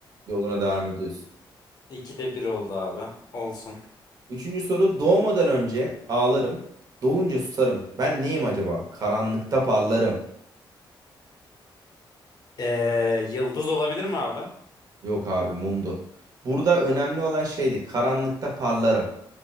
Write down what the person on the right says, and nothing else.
yoluna devam ediyorsun.
Üçüncü soru doğmadan önce ağlarım. Doğunca susarım. Ben neyim acaba? Karanlıkta parlarım.
Yok abi mumdu. Burada önemli olan şeydi. Karanlıkta parlarım.